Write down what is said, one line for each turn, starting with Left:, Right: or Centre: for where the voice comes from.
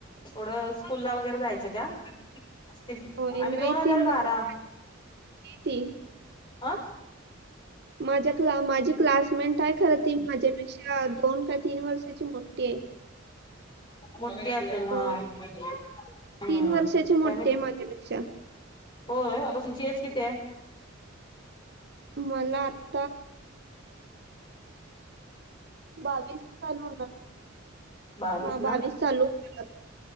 Left: एवढं स्कूल ला वगैरे जायचं त्या. असतील
Right: होय
Left: आमी
Right: नाही
Left: दोन हजार
Right: ती मोठी
Left: बारा
Right: ती
Left: हं.
Right: माझ्या क्ला माझी क्लासमेट आहे खर ती माझ्यापेक्षा. ती अ दोन का तीन वर्षाची मोठी आहे.
Left: मोठी असेल हा
Right: अ,
Left: हम्म
Right: तीन वर्षाची मोठी
Left: काय माहिती.
Right: आहे माझ्यापेक्षा
Left: होय अ तुमची एज किती आहे.
Right: मला आत्ता. बावीस चालू होणार
Left: <inaudible> बावीस
Right: हा
Left: ना.
Right: चालू होणार